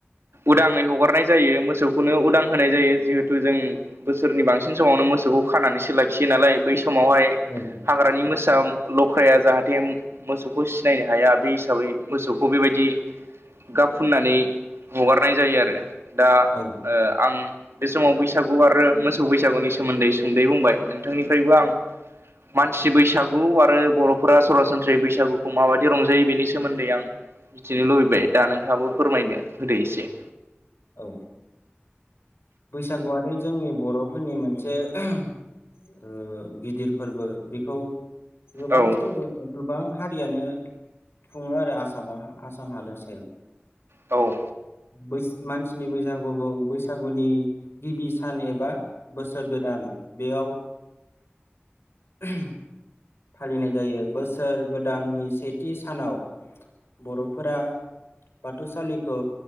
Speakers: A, on the right; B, on the left.
A: उदाङै हगारनाय जायो मोसौखौनो उदां होनाय जायो जिहेथु जों बोसोरनि बांसिन समावनो मोसौखौ खानानैसो लाखियो नालाय बै समावहाय
B: औ।
A: हाग्रानि मोसा लख्राया जाहाथे मोसौखौ सिनायनो हाया बे हिसाबै मोसौखौ बेबायदि गाब फुननानै हगारनाय जायो आरो। दा ओ
B: औ
A: आं बे समाव बैसागु आरो मोसौ बैसागुनि सोमोन्दै सुंदै बुंबाय नोंथांनिफ्रायबो आं मसि बैसागु आरो बर'फोरा सरासनस्रायै बैसागुखौ माबायदि रंजायो बिनि सोमोन्दै आं मिथिनो लुबैबाय दा नोंथाङाबो फोरमायदो होदो एसे।
B: औ। बैसागुआनो जोंनि बर'फोरनि मोनसे ओह ओ गिदिर फोरबो बेखौ गोबां
A: औ
B: फोरबो गोबां हारियानो खुङो आरो आसामाव आसाम हालोर सायाव।
A: औ।
B: बैस मानसिनि बैसागु बैसाग बैसागुनि गिबि सान एबा बोसोर गोदान बेयाव ओह फालिनाय जायो बोसोर गोदाननि सेथि सानाव बर'फोरा बाथौसालिखौ